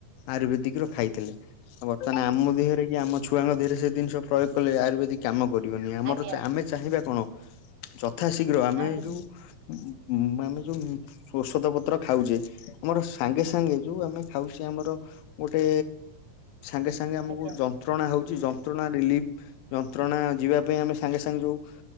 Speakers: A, on the left; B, on the right.
A: ଆୟୁର୍ବେଦିକି ର ଖାଇଥିଲେ। ବର୍ତ୍ତମାନ ଆମ ଦେହରେ କି ଆମ ଛୁଆଙ୍କ ଦେହରେ ସେ ଜିନିଷ ପ୍ରୟୋଗ କଲେ ଆୟୁର୍ବେଦିକ କାମ କରିବନି ଆମର
B: ଆଜ୍ଞା
A: ତ ଆମେ ଚାହିଁବା କଣ ଯଥା ଶୀଘ୍ର ଆମେ
B: ଆଜ୍ଞା
A: ଯୋଉ ଉଁ ଆମେ ଉଁ ଯୋଉ ଔଷଧ ପତ୍ର ଖାଉଚେ ଆମର ସାଙ୍ଗେ ସାଙ୍ଗେ ଯୋଉ ଆମେ ଖାଉଚେ ଆମର ଗୋଟେ ସାଙ୍ଗେ ସାଙ୍ଗେ ଆମକୁ
B: ଆଜ୍ଞା
A: ଯନ୍ତ୍ରଣା ହଉଚି ଯନ୍ତ୍ରଣା ରିଲିଫ। ଯନ୍ତ୍ରଣା ଯିବା ପାଇଁ ଆମେ ସାଙ୍ଗେ ସାଙ୍ଗେ ଯୋଉ